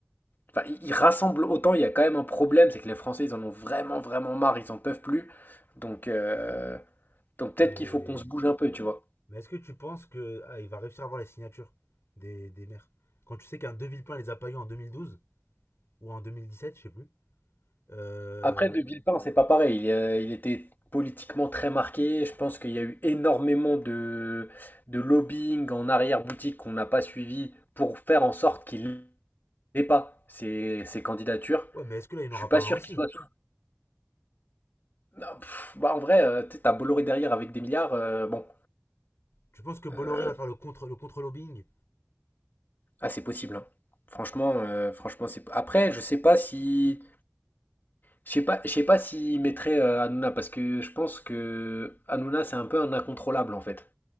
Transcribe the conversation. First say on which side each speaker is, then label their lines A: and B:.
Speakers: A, on the left (about 50°); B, on the left (about 85°).
A: Enfin, il il rassemble autant, il y a quand même un problème, c'est que les Français, ils en ont vraiment, vraiment marre, ils en peuvent plus. Donc, euh, donc peut-être
B: Ouais, mais.
A: qu'il faut qu'on se bouge un peu, tu vois.
B: Mais est-ce que tu penses que ah, il va réussir à avoir les signatures des, des maires Quand tu sais qu'un De Villepin les a pas eu en 2012 ou en 2017 je sais plus. Euh,
A: Après, De Villepin, c'est pas pareil. Il, euh, il était politiquement très marqué. Je pense qu'il y a eu énormément de, de lobbying en arrière-boutique qu'on n'a pas suivi pour faire en sorte qu'il Et pas, ces ces candidatures.
B: Ouais, mais est-ce que là, il n'aura
A: Je suis pas
B: pas un
A: sûr
B: aussi
A: qu'ils soient sous non, pff, bah, en vrai, heu, tu sais, tu Bolloré derrière avec des milliards, heu, bon,
B: Tu penses que Bolloré
A: heu,
B: va faire le contre le contre-lobbying
A: ah, c'est possible, hein. Franchement, heu, franchement, c'est après, je sais pas si je sais pas je sais pas s'ils mettraient, heu, Hanouna parce que je pense que qu'Hanouna, c'est un peu un incontrôlable, en fait.